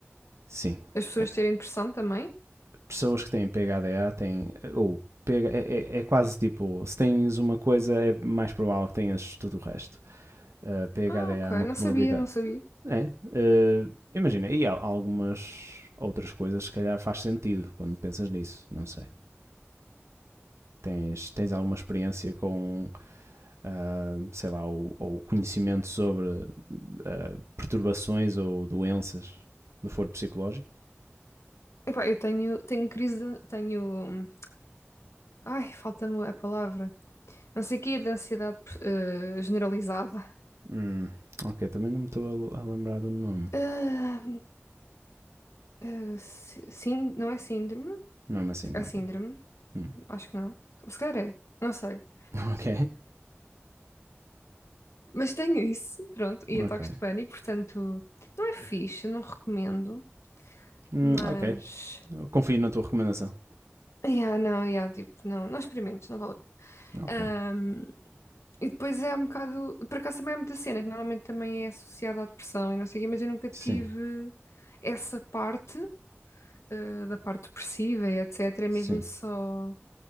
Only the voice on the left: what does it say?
as pessoas
terem depressão também?
Ah, ok.
Não
sabia, não sabia.
Epá, eu tenho, tenho crise, de, tenho. hum, Ai, falta-me a palavra. Não sei o quê, de ansiedade eh, generalizada.
Ah, ah, sí- sim, não é síndrome?
É
síndrome?
Acho que não. Se calhar é. Não sei.
Mas tenho isso, pronto, e
ataques de pânico, portanto, não é fixe, não recomendo,
mas.
Yeah, não, yeah, tipo, não, não experimentes, não vale a pena.
Ahm, e depois é um bocado. Por acaso também é muita cena, que normalmente também é associada à depressão e não sei o quê, mas eu nunca tive
essa parte, ah, da parte depressiva e etc. É mesmo
só